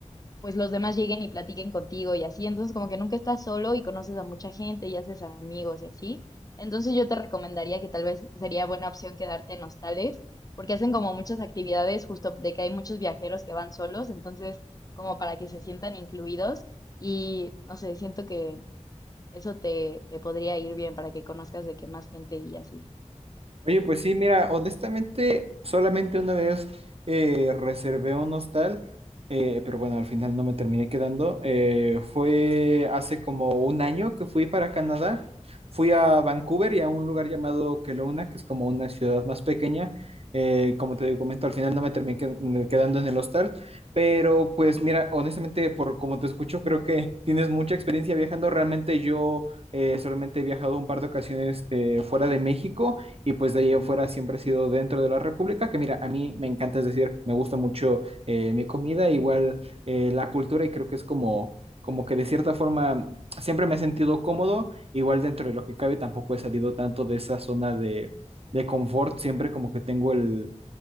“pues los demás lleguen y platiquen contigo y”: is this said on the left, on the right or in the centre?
Left